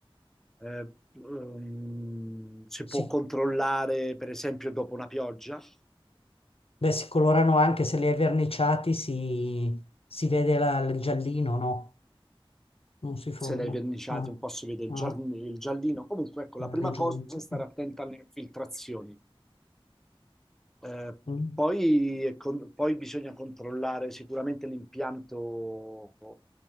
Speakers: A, in the centre; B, on the left.
A: eh, ehm, si
B: sì.
A: può controllare, per esempio, dopo una pioggia
B: Beh, si colorano anche se li hai verniciati, si, si vede la- il giallino, no? Non si forma.
A: se l'hai verniciato
B: Ah,
A: un po' si vede il,
B: ah,
A: giar- il giallino. Comunque, ecco, la prima
B: le giunte.
A: cosa è stare attenta alle infiltrazioni. Eh,
B: Mm.
A: poi, è con- poi bisogna controllare sicuramente l'impianto